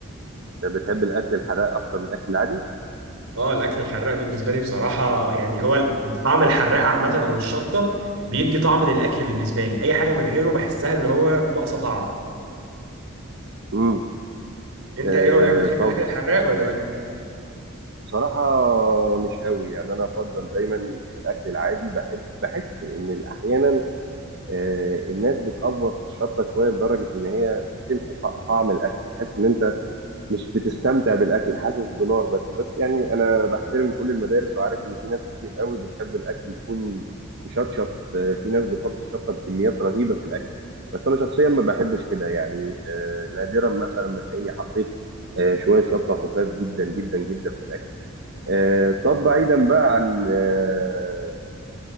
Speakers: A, on the right (about 50°); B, on the right (about 80°).
A: بتحب الاكل الحراق اكتر من الاكل العادي
B: اه الاكل الحراق بالنسبه لي بصراحه يعني هو طعم الحراق عامه او الشطه بيدي طعم للاكل بالنسبه لي اي حاجه من غيره بحسها اللي هو ناقصه طعم
A: امم
B: انت
A: آه
B: ايه رايك بتحب
A: طب
B: الاكل الحراق ولا لا
A: بصراحه مش قوي يعني انا افضل دايما الاكل العادي بحب بحس ان احيانا آه الناس بتأفور في الشطه شويه لدرجه ان هي بتمحي ط- طعم الاكل تحس ان انت مش بتستمتع بالاكل حاسس بنار بس بس يعني انا بحترم كل المدارس وعارف ان في ناس كتير قوي بتحب الاكل يكون مشطشط آه، في ناس بتحط الشطه بكميات رهيبه في الاكل بس انا شخصيا ما بحبش كده يعني آه، نادرا مثلا ما تلاقيني حطيت آه، شويه شطه خفاف جدا جدا جدا في الاكل آه، طب بعيدا بقى عن آه،